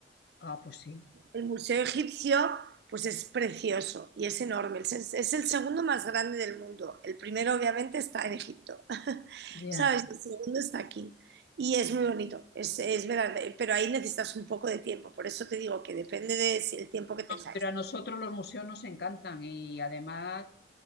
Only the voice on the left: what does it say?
Ah, pues sí,
ya.
Pero a nosotros los museos nos encantan y además